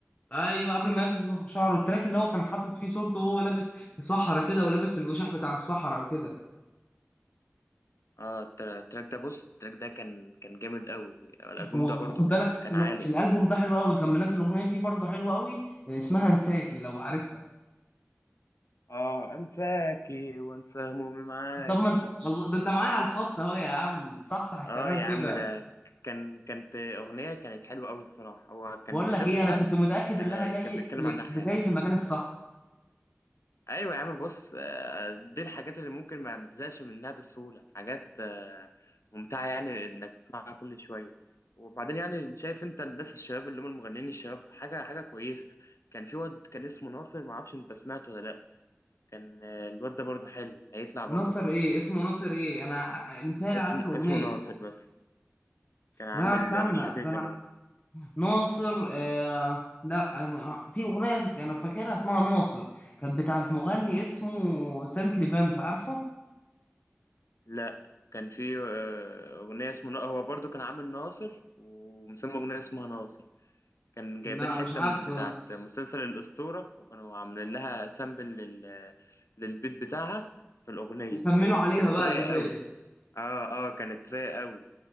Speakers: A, on the left; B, on the left.
A: ايوه قبل ما يغزل شعره التراك اللي هو كان حاطط فيه صورته وهو لابس في صحراء كده ولابس الوشاح بتاع الصحراء وكده.
B: اه التر- التراك ده بص التراك ده كان كان جامد قوي الألبوم
A: وخ-
B: ده برضو
A: وخد بالك
B: كان كان
A: ن-
B: عالي
A: الالبوم ده حلو قوي كان منزل اغنيه فيه برضه حلوه قوي اسمها انساكي لو عارفها
B: اه انساكي وانسى همومي معاكي
A: طب ما انت <laughs> الله ده انت معايا على الخط اهو يا عم صحصح الكلام
B: اه يا
A: كده
B: عم ده كان كانت أغنية كانت حلوة قوي الصراحة هو كان
A: بقول
B: كاتبها
A: لك ايه انا كنت متاكد
B: آه
A: ان انا جاي
B: كان بيتكلم
A: لك-
B: عنها حاجة
A: في جاي في المكان الصح
B: ايوه يا عم بص آه، دي الحاجات اللي ممكن ما ما تزهقش منها بسهوله حاجات آه، ممتعه يعني انك تسمعها كل شويه وبعدين يعني شايف انت الناس الشباب اللي هم المغنيين الشباب حاجه حاجه كويسه كان في واد كان اسمه ناصر ما اعرفش انت سمعته ولا لا كان آه، الواد ده برضه حلو هيطلع برضه
A: ناصر
B: بقوه
A: ايه اسمه ناصر ايه انا ع- متهيألي
B: اسمه
A: عارف له اغنيه
B: اسمه ناصر بس كان عامل
A: لا استنى
B: مش فاكر
A: ده
B: كان
A: انا ناصر آه لا أنا- في اغنيه انا فاكرها اسمها ناصر كانت بتاعت مغني اسمه سانت ليفانت عارفه
B: لا كان في آه، اغنيه اسمه هو برضه كان عامل ناصر ومسمى اغنيه اسمها ناصر كان جايبين
A: لا مش
B: حتة
A: عارفه
B: من بتاعة
A: ده
B: مسلسل الأسطورة وكانوا عاملين لها سامبل لل... للبيت بتاعها في الأغنية
A: وكملوا
B: كانت
A: عليها
B: كانت
A: بقى
B: رايقة
A: الاغنيه
B: أوي اه اه كانت رايقة أوي